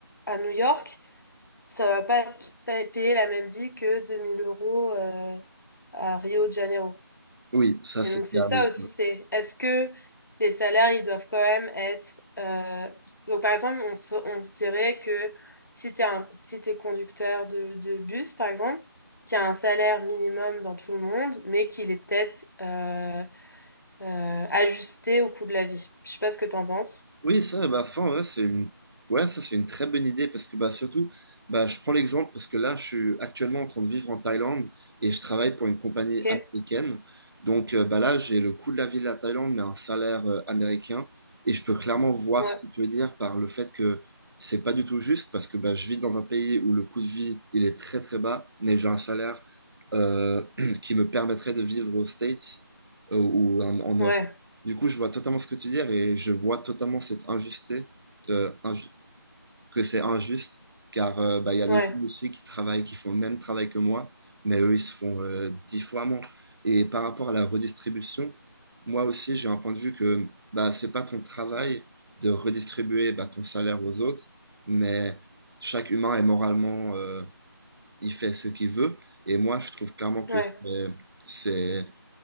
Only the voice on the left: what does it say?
à New York, ça va pas te pa- payer la même vie que 2000 euros euh, à Rio de Janeiro.
Et
donc
c'est ça
aussi, c'est est-ce que les salaires, ils doivent quand même être... euh, Donc par exemple, on se, on se dirait que si t'es un, si t'es conducteur de, de bus, par exemple, qui a un salaire minimum dans tout le monde, mais qu'il est peut-être euh, euh, ajusté au coût de la vie. Je sais pas ce que t'en penses.
Ok,
ouais,
ouais,
ouais,
ouais,